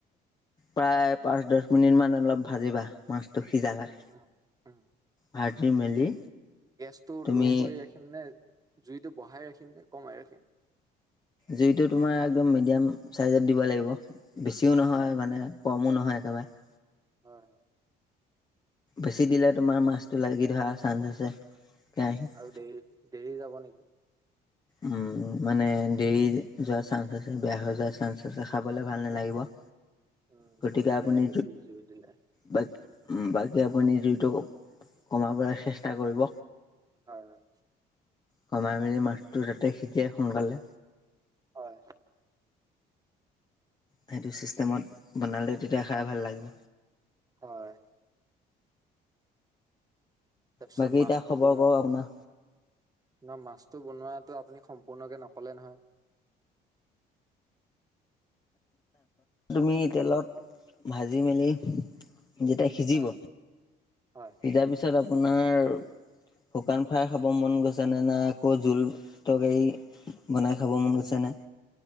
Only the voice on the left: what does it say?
প্ৰায় পাঁচ দহ মিনিট মান অলপ ভাজিবা। মাছটো সিজা
লৈ
ভাজি মেলি
তুমি
জুইটো তোমাৰ একদম মিডিয়াম চাইজত দিব লাগিব বেছিও নহয়
মানে কমো নহয় একেবাৰে।
বেছি দিলে তোমাৰ মাছটো লাগি ধৰা চান্স আছে কেৰাহিত
উ মানে দেৰি যোৱা চান্স আছে বেয়া হৈ যোৱাৰ চাঞ্চ আছে খাবলৈ ভাল নালাগিব। <inaudible>
গতিকে
আপুনি
বা বাকী আপুনি জুইটো কমাবলৈ চেষ্টা কৰিব।
কমাই মেলি মাছটো যাতে সিজেই সোনকালে।
সেইটো ছিষ্টেমত বনালে তেতিয়া খাই ভাল লাগিব।
বাকী
এতিয়া খবৰ
কওক আপোনাৰ?
তুমি তেলত ভাজি মেলি যেতিয়া সিজিব
সিজাৰ পিছত আপোনাৰ শুকান ফ্ৰাই খাব মন গৈছেনে নাই আকৌ জোল তৰকাৰী বনাই খাব মন গৈছেনে